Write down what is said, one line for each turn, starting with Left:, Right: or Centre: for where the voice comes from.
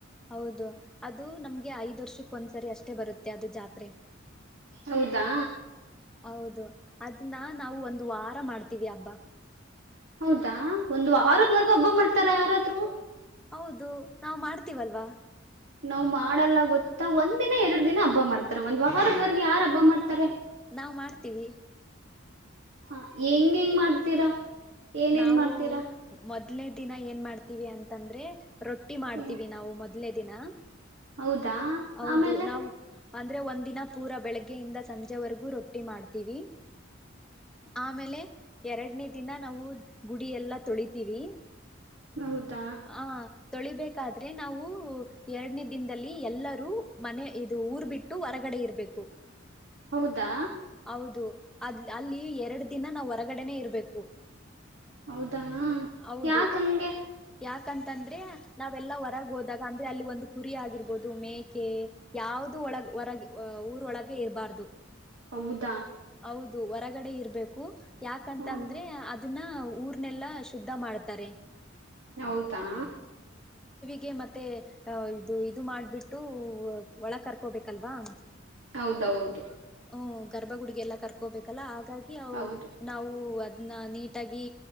Centre: ಹೌದು ಅದು ನಮ್ ಹೆ ಐದ್ ವರ್ಷಕ್ಕೆ ಒಂದ್ ಸರಿ ಅಷ್ಟೇ ಬರುತ್ತೆ ಅದು ಜಾತ್ರೆ
Right: ಹೌದಾ
Centre: ಹೌದು ಅದುನ್ನ ನಾವು ಒಂದು ವಾರ್ ಮಾಡ್ತೀವಿ ಹಬ್ಬಾ
Right: ಹೌದಾ ಒಂದ್ ವಾರದ್ವರ್ಗೂ ಹಬ್ಬ ಮಾಡ್ತಾರ ಯಾರಾದ್ರು?
Centre: ಹೌದು ನಾವ್ ಮಾಡ್ತೀವಲ್ವಾ
Right: ನಾವ್ ಮಾಡಲ್ಲ ಗೊತ್ತಾ ಒಂದ್ಿನ ಎರಡ್ ದಿನ ಹಬ್ಬ ಮಾಡ್ತಾರ ಒಂದ್ ವಾರದವರೆಗೆ ಯಾರ ಹಬ್ಬ ಮಾಡ್ತಾರೆ
Centre: ನಾವವು್ ಮಾಡ್ತೀವಿ
Right: ಹ ಹೆಂಗ ಹೆಂಗ್ ಮಾಡ್ತೀರಾ ಏನೇನ್
Centre: ನಾವು
Right: ಮಾಡ್ತೀರಾ
Centre: ಮೊದ್ನೇ ದಿನ ಏನ್ ಮಾಡ್ತೀವಿ ಅಂತಂದ್ರೆ ರೊಟ್ಟಿ ಮಾಡ್ತೀವಿ
Right: ಏನ್
Centre: ನಾವು ಮೊದ್ ಇಡ್ಲೇ ದಿನ
Right: ಹೌದಾ
Centre: ಹೌದು
Right: ಆಮೇಲೆ
Centre: ನಾವು್ ಅಂದ್ರೆ ಒಂದ ದಿನ ಪೂರಾ ಬೆಳಗ್ಗೆಯಿಂದ ಸಂಜೆವರೆಗೂ ರೊಟ್ಟಿ ಮಾಡ್ತೀವಿ ಆಮೇಲೆ ಎರಡನೇ ದಿನ ನಾವು ಗುಡಿ ಎಲ್ಲಾ ತೊಳಿತೀವಿ
Right: ಹೌದಾ
Centre: ಹ ತೊಳಿಬೇಕಾದ್ರೆ ನಾವು ಎರಡನೇ ದಿನದಲ್ಲಿ ಎಲ್ಲ ಮನೆ ಇದು ಊರ್ ಬಿಟ್ಟು ಹೊರಗಡೆ ಇರ್ಬೇಕು
Right: ಹೌದಾ
Centre: ಹೌದು ಅದ್ ಅಲ್ಲಿ ಎರಡು ದಿನ ನಾವ್ ಹೊರಗಡೆನೆೇ ಇರ್ಬೇಕು
Right: ಹೌದಾ
Centre: ಹೌದು
Right: ಯಾಕಂಗೆ
Centre: ಯಾಕಂತಂದ್ರೆ ನಾವೆಲ್ಲಾ ಹೊರಗೆ ಹೋದಾಗ ಅಂದ್ರೆ ಅಲ್ಲಿ ಒಂದು ಕುರಿ ಆಗಿರ್ಬೋದು ಮೇಕೆ ಯಾವ್ದು ಒಳಗ ಹೊರಗೆ ಊರೊಳಗೆ ಇರಬಾರ್ದು
Right: ಹೌದು
Centre: ಹೌದು ಹೊರಗಡೆ ಇರ್ಬದು ಬೇಕು ಯಾಕಂತ
Right: ಹ್ಮ್
Centre: ಅಂದ್ರೆ ಅದನ್ನ ಊರ್ನೆಲ್ಲಾ ಶುದ್ಧ ಮಾಡ್ತಾರೆ
Right: ಹೌದಾ
Centre: ಗೆ ಮತ್ತೆ ಅ ಇದು ಇದು ಮಾಡ್ಬಿಟ್ಟು ಒಳ ಕರ್ಕೋಬೇಕಲ್ವಾ
Right: ಹೌದೌದು
Centre: ಹ ಗರ್ಬ ಗುಡಿ ಎಲ್ಲ ಕರ್ಕೋಬೇಕಲ್ಲಾ ಹಾಗಾಗಿ
Right: ಹೌದು
Centre: ನಾವು ನ್ನ ನೀಟಾಗಿ